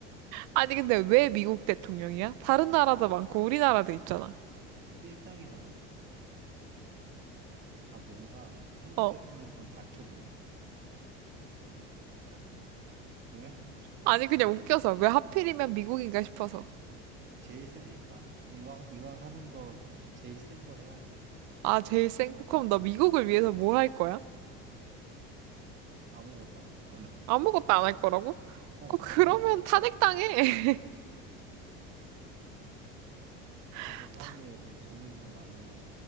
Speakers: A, on the right; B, on the right.
A: 아니 근데
B: <laughs>
A: 왜 미국 대통령이야? 다른 나라도 많고 우리나라도 있잖아.
B: 일장이잖아. 아, 뭔가 한국
A: 어.
B: 대통령은 약해 보여. 왜?
A: 아니 그냥 웃겨서 왜 하필이면 미국인가 싶어서.
B: 제일 세니까. 이왕, 이왕 하는 거 제일 센 거 해야지.
A: 아 제일 센 코컴 너 미국을 위해서 뭐 할 거야?
B: 아무것도 안 할 거야. <laughs>
A: 아무것도 안 할 거라고?
B: 어,
A: 어 그러면
B: 가만히 있을
A: 탄핵당해.
B: 거야.
A: <laughs>
B: 그 사이에 좀 돈을 좀 많이